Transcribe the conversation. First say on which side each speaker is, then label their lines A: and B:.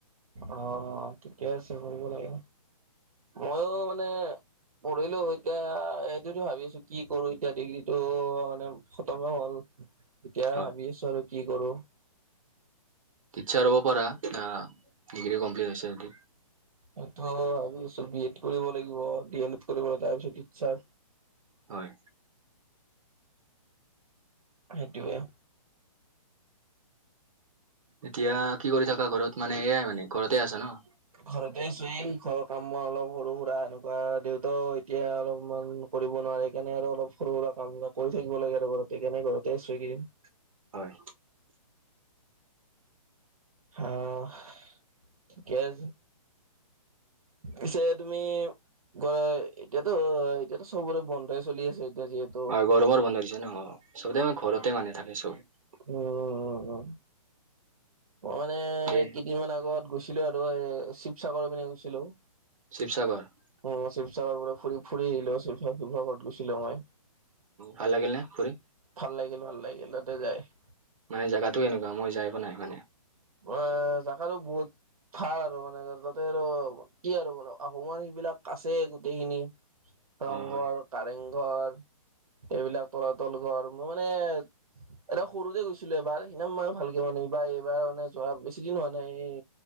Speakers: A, on the right (about 85°); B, on the right (about 65°).
A: অ', ঠিকেই আছে কৰিব লাগে ময়ো মানে পঢ়িলো এতিয়া এইটোতো ভাবিছোঁ কি কৰো এতিয়া ডিগ্ৰীটো মানে খতমে হ'ল। এতিয়া
B: হয়
A: ভাবি আছো আৰু কি কৰোঁ।
B: টিছেৰ হব পাৰা ডিগ্ৰী কমপ্লিট হৈছে যদি।
A: মইতো ভাবি বি এড্ কৰিব লাগিব দি এ লেড্ কৰিব লাগিব তাৰপিছত টিচেৰ
B: হয়।
A: সেইটোৱে।
B: এতিয়া কি কৰি থাকা ঘৰত মানে এয়াই মানে ঘৰতে আছ ন?
A: ঘৰতে আছোঁ এই ঘৰৰ কাম মই অলপ সৰু সুৰা এনে কোৱা দেউতাও এতিয়া অলপমান কৰিব নোৱাৰে সেইকাৰণে আৰু অলপ সৰু সুৰা কাম কৰি থাকিব লাগে আৰু বাৰু। সেই কাৰনে ঘৰতে আছো এই কেইদিন।
B: হয়।
A: আহ ঠিকে আছে। পিছে তুমি কৰা এতিয়াতো এতিয়াতো চবৰে বন্ধাই চলি আছে। এতিয়া যিহেতু
B: হয় গৰমৰ বন্ধ দিছে ন অ', চবতে আমাৰ ঘৰতে মানে থাকে চব।
A: উম, উম, উম। মই মানে
B: দে
A: কেইদিনমান আগত গৈছিলো আৰু এই শিৱসাগৰ পিনে গৈছিলো।
B: শিৱসাগৰ?
A: অ', শিৱসাগৰ পুৰা ফুৰি ফুৰি আহিলো শিৱসাগৰ শিৱসাগৰত গৈছিলো মই।
B: ভাল লাগিল নে ফুৰি
A: ভাল লাগিল ভাল লাগিল তাতে যাই।
B: মানে জেগাতটো এনেকুৱা মই যাই পোৱা নাই মানে।
A: অ', জাগাটো বহুত ভাল আৰু মানে তাতে আৰু কি আৰু মানে আহোমৰ সেইবিলাক আছে গোটেইখিনি। ৰংঘৰ
B: অ হয়
A: কাৰেংঘৰ এইবিলাক তলাতল ঘৰ আৰু মোৰ মানে একদম সৰুতে গৈছিলো এবাৰ সিনা মানে ভালকে মানে এইবাৰ এইবাৰ মানে যোৱা বেছি দিন হোৱা নাই এই